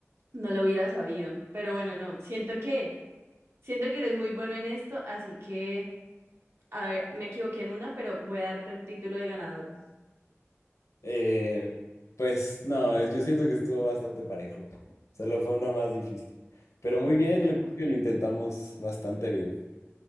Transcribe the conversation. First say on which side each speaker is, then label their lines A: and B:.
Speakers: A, on the right; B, on the left.
A: no lo hubiera sabido. Pero bueno, no, siento que, siento que eres muy bueno en esto, así que... A ver, me equivoqué en una, pero voy a darte el título de ganador.
B: Eh, pues no, yo siento que estuvo bastante parejo. Solo fue una más difícil. Pero muy bien,
A: Bueno,
B: lo, creo que lo intentamos bastante bien.